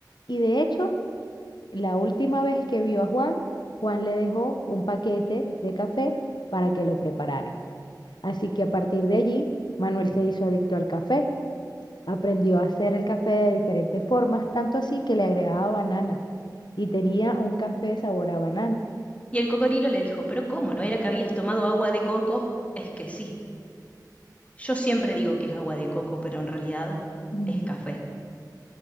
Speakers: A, on the left; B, on the left.
A: y de hecho La última vez que vio a Juan, Juan le dejó un paquete de café para que lo preparara. Así que a partir de allí, Manuel se hizo adicto al café. Aprendió a hacer el café de diferentes formas, tanto así que le agregaba banana y tenía un café sabor a banana.
B: Y el cocodrilo le dijo, pero ¿cómo? ¿No era que habías tomado agua de coco? Es que sí. Yo siempre digo que es agua de coco, pero en realidad
A: <laughs>
B: es café.